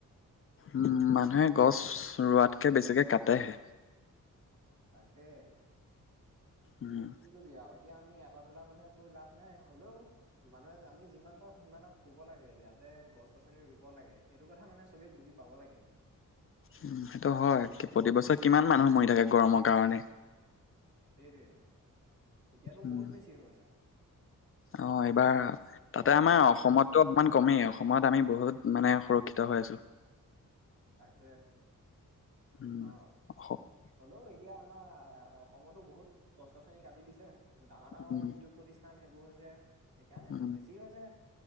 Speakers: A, on the left; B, on the right.
A: উম মানুহে গছ ৰোৱাত কে বেছিকে কাটেহে।
B: তাকে।
A: উম,
B: কি কবি আৰু, এতিয়া আমি এতা দুতা মানুহে কৈ লাভ নাই। হ'লেও মানুহে, আমি যিমান পাৰোঁ সিমানক ক'ব লাগে এতিয়া যে গছ গছনি ৰুব লাগে। সেইটো কথা মানে চবে বুজি পাব লাগে।
A: উম সেইটো হয়, কি প্ৰতিবছৰে কিমান মানুহ মৰি
B: উম
A: থাকে গৰমৰ কাৰণে।
B: সেইটোেইটো! এতিয়াতো
A: উম,
B: বহুত বেছি গৈছে। উম
A: অ' এইবাৰ, তাকে আমাৰ অসমত তো অকমান কমেই, অসমত আমি বহুত মানে, সুৰক্ষিত হৈ আছোঁ।
B: তাকে।
A: <unintelligible>
B: অ হ'লেও এতিয়া আমাৰ অসমতো বহুত গছ গছনি কাটি দিছে ডাঙৰ ডাঙৰ
A: উম,
B: উদ্যোগ প্ৰতিষ্ঠান সেইবোৰ হৈছে। সেইকাৰণে
A: উম,
B: বেছি হৈছে,